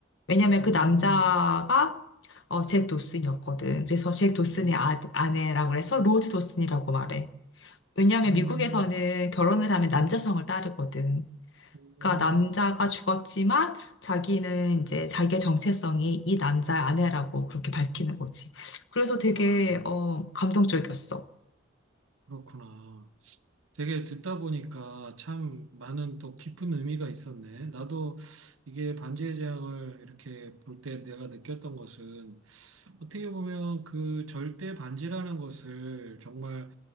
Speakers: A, on the left; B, on the right.
A: 왜냐면
B: 음,
A: 그 남자가, 어, 잭 도슨이었거든. 그래서 잭 도슨의
B: 음,
A: 아, 아내라고 해서 로즈 도슨이라고 말해. 왜냐면
B: 음,
A: 미국에서는 결혼을 하면 남자성을 따르거든.
B: 음,
A: 그러니까 남자가 죽었지만 자기는 이제 자기의 정체성이 이 남자의 아내라고 그렇게 밝히는 거지. 그래서 되게
B: 와,
A: 어, 감동적이었어.
B: 그렇구나. 되게 듣다 보니까 참 많은 또 깊은 의미가 있었네. 나도 이게 반지의 제왕을 이렇게 볼 때 내가 느꼈던 것은 어떻게 보면 그 절대 반지라는 것을 정말